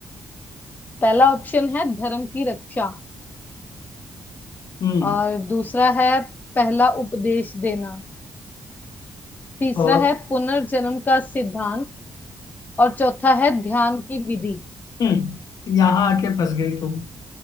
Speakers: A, on the left; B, on the left.
A: पहला ऑप्शन है धर्म की रक्षा
B: हम्म
A: और दूसरा है पहला उपदेश देना तीसरा
B: और
A: है पुनर्जन्म का सिद्धांत और चौथा है ध्यान की विधि
B: हम्म यहाँ आके फंस गई तुम